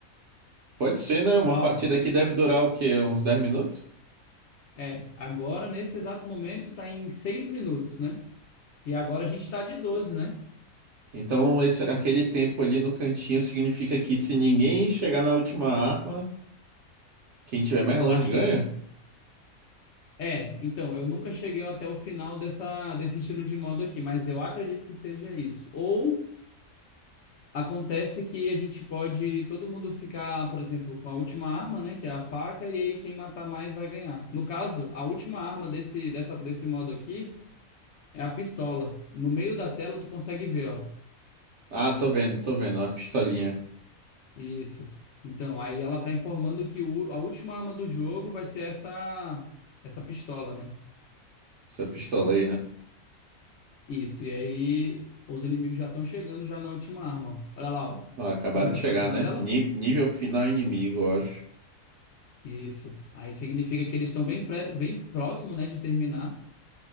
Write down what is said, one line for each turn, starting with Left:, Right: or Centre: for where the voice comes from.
Right: Pode ser, né? Uma
Left: Ah,
Right: partida
Left: ó,
Right: aqui deve durar o quê? Uns dez minutos?
Left: é, agora nesse exato momento tá em 6 minutos, né? E agora a gente tá de 12, né?
Right: Então, esse, aquele tempo ali no cantinho significa que se ninguém chegar na última arma, quem tiver mais
Left: Eu
Right: longe
Left: acho
Right: ganha?
Left: que é, então, eu nunca cheguei até o final dessa desse estilo de modo aqui, mas eu acredito que seja isso. Ou Acontece que a gente pode todo mundo ficar, por exemplo, com a última arma, né, que é a faca, e aí quem matar mais vai ganhar. No caso, a última arma desse, dessa, desse modo aqui é a pistola. No meio da tela tu consegue ver, ó.
Right: Ah, tô vendo, tô vendo. Uma pistolinha.
Left: Isso. Então, aí ela tá informando que o, a última arma do jogo vai ser essa, essa pistola, né?
Right: Essa pistola aí, né?
Left: Isso. E aí os inimigos já estão chegando já na última arma, ó. Olha lá, ó.
Right: Ó, acabaram
Left: Viu que
Right: de
Left: apareceu
Right: chegar,
Left: na
Right: né?
Left: tela?
Right: Ni- nível final inimigo, eu acho.
Left: Isso. Aí significa que eles estão bem, pré- bem próximo, né, de terminar.